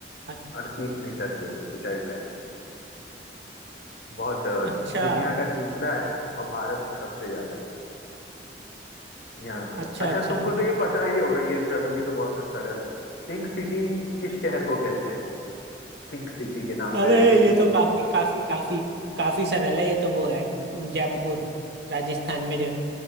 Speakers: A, on the right; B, on the left.
A: अ-
B: अड़तीस मीटर के ऊंचाई पे है बहुत अ,
A: अच्छा
B: दुनिया का तीसरा है और भारत में सबसे ज्यादा है यहाँ
A: अच्छा
B: अच्छा
A: अच्छा
B: तुमको तो ये पता ही होगा ये चलो ये तो बहुत सरल है पिंक सिटी किस शहर को कहते हैं पिंक सिटी के नाम
A: अरे
B: से एक
A: ये तो काफी काफी काफी काफी सरल है ये तो वो है जयपुर राजस्थान में जो